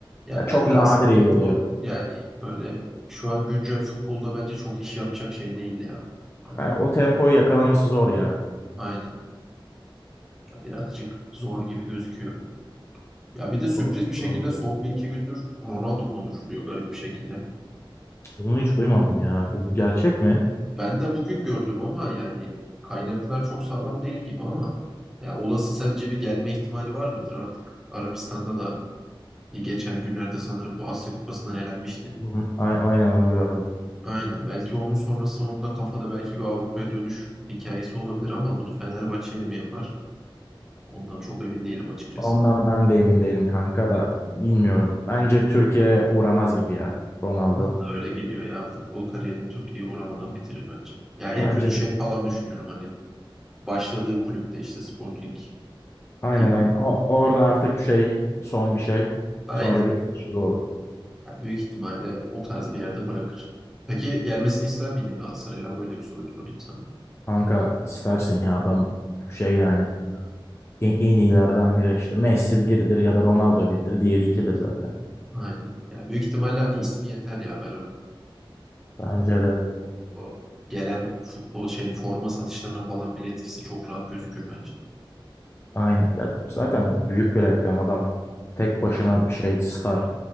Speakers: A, in the centre; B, on the left.
A: Ya
B: Ya çok
A: ben
B: nadir
A: de aslında
B: iyi oluyor.
A: çok yani böyle şu an güncel futbolda bence çok iş yapacak şey değildi ya. Hani
B: Ya o tempoyu yakalaması zor ya.
A: aynen Ya birazcık zor gibi gözüküyor. Ya bir de sürpriz
B: Doğru,
A: bir şekilde
B: doğru ya.
A: son bir iki gündür Ronaldo konuşuluyor garip bir şekilde.
B: Bunu hiç duymadım ya. O gerçek mi?
A: Ben de bugün gördüm ama yani kaynaklar çok sağlam değil gibi ama ya olası sence bir gelme ihtimali var mıdır artık? Arabistan'da da bir geçen günlerde sanırım bu Asya Kupası'ndan elenmişti.
B: Hı hı. A- Aynen onu gördüm.
A: Aynen. Belki onun sonrası onun da kafada belki bir Avrupa'ya dönüş hikayesi olabilir ama bunu Fenerbahçe ile mi yapar? Ondan çok emin değilim açıkçası.
B: Ondan ben de emin değilim kanka da bilmiyorum. Bence Türkiye'ye uğramaz gibi ya Ronaldo.
A: Bana da öyle geliyor ya. Futbol kariyerini Türkiye'ye uğramadan bitirir bence. Ya en
B: Bence
A: kötü şey
B: de.
A: falan düşünüyorum hani. Başladığı kulüpte işte Sporting
B: Aynen
A: gibi.
B: aynen. O, orada artık şey son bir şey.
A: Aynen.
B: Sonra bitiriş gibi olur.
A: Yani büyük ihtimalle o tarz bir yerde bırakır. Peki gelmesini ister miydin Galatasaray'a? Böyle bir soru sorayım sana.
B: Kanka istersin ya adam şey yani. en, en iyilerden biri işte. Messi birdir ya da Ronaldo birdir. Diğeri ikidir zaten.
A: Aynen. Yani büyük ihtimalle hani ismi yeter ya. Ben
B: Bence de
A: Yani O gelen futbol şey forma satışlarına falan bile etkisi çok rahat gözükür bence.
B: aynen. Ya zaten büyük bir reklam adam. Tek başına
A: Ta-
B: bir şey star.